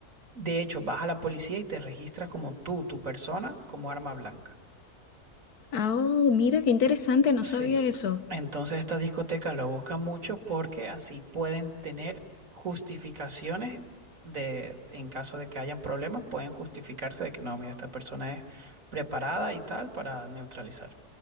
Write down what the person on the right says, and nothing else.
de hecho vas a la policía y te registras como tú, tu persona, como arma blanca.
Sí,
entonces estas discotecas lo buscan mucho porque así pueden tener justificaciones de, en caso de que hayan problemas, pueden justificarse de que no, mira, esta persona es preparada y tal para neutralizar.